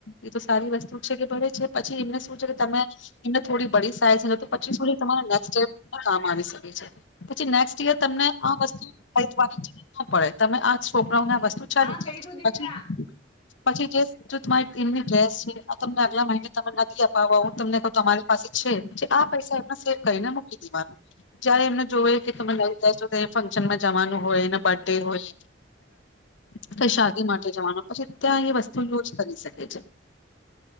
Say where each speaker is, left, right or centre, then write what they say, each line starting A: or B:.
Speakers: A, on the left (about 75°); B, on the left (about 25°).
A: એ તો સારી વસ્તુ છે કે પડે છે પછી એમને શું છે કે તમે એમને થોડી બડી સાઇઝ તો પછી તમાને કામ આવી શકે છે પછી નેક્સ્ટ ઇયર તને આ વસ્તુ ન પડે તમે આજ છોપરાઓને વસ્તુ છાર
B: હા
A: છે
B: કર્યું દીકરા
A: પછી પછી જે તમારી એમની ડ્રેસ છે, આ તમને આગલા મહિને તમે નથી અપાવવા હું તમને કહ તમારી પાસે છે જે આ પૈસા એમને સેવ કરીને મૂકી દેવાનું જયારે એમને જો કે તમે નઈ જાય તો ફંક્શનમાં જવાનું હોય એ બર્થ ડે હોય એ ક શાદી માટે જવાનું પછી, ત્યાં એ વસ્તુ યુજ કરી શકે. એ છે.